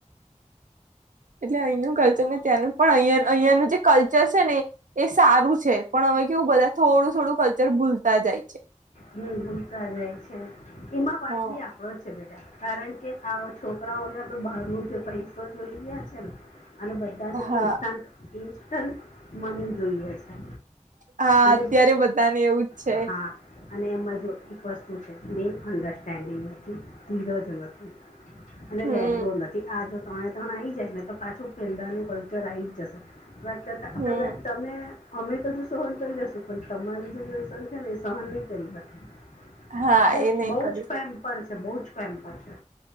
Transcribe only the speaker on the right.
એટલે અહીંનું કલ્ચર ને ત્યાંનું પણ અહયા અહિયાયાનું જે કલ્ચર છે ને એ સારું છે પણ હવે કેવું બધા થોડું થોડું કલ્ચર ભૂલતા જાય છે
હ
હા
હા
અત્યારે બધાને એવું જ છે
હમ
હમ
હા
એ નહી
કરી શકે